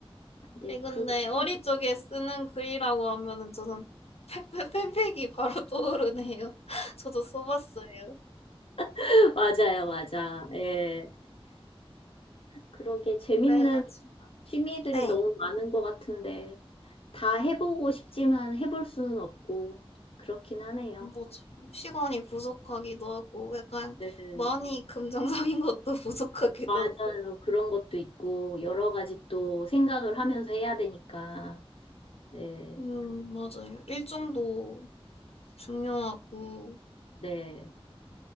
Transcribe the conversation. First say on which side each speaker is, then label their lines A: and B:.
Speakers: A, on the left; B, on the left.
A: 근데
B: 예, 근데
A: 그, 이후에-
B: 어릴 적에 쓰는 글이라고 하면은 저는 팬- 팬- 팬픽이 바로 떠오르네요. <laughs> 저도 써봤어요.
A: <laughs> 맞아요, 맞아. 예. 그러게 재밌는
B: 그래가지고.
A: 취미들이
B: 네.
A: 너무 많은 것 같은데, 다 해보고 싶지만 해볼 수는 없고, 그렇긴 하네요.
B: 뭐지? 시간이 부족하기도 하고, 약간
A: 네.
B: 많이 긍정적인 것도 <laughs>
A: 맞아요.
B: 부족하기도 하고.
A: 그런 것도 있고, 여러 가지 또 생각을 하면서 해야 되니까. 네,
B: 음, 맞아요. 일정도 중요하고,
A: 네,